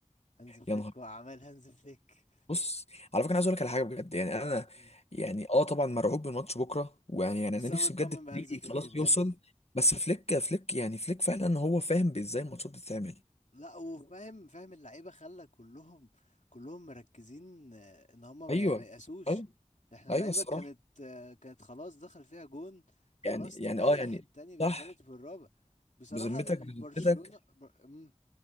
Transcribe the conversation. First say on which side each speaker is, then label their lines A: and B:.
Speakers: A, on the left; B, on the left.
A: هانز فليك
B: يا نهار
A: وأعمال هانز فليك
B: بص على فكره انا عايز اقول لك على حاجه بجد يعني انا
A: مم.
B: يعني اه طبعا مرعوب من ماتش بكره ويعني يعني
A: بس
B: انا نفسي
A: انا مطمن
B: بجد الفريق
A: بهانز فليك
B: خلاص
A: بجد
B: يوصل بس فليك فليك يعني فليك فعلا هو فاهم ازاي الماتشات بتتعمل
A: لا وفاهم فاهم اللعيبه خلى كلهم كلهم مركزين آه، ان هم ما-
B: ايوه
A: يعني ما يقاسوش
B: ايوه
A: احنا
B: ايوه
A: اللعيبه
B: الصراحه
A: كانت آه، كانت خلاص دخل فيها جون خلاص
B: يعني يعني
A: تريح
B: اه يعني
A: التاني بالتالت
B: صح
A: والرابع بصراحه
B: بذمتك
A: البرشلونه
B: بذمتك
A: بر... مم.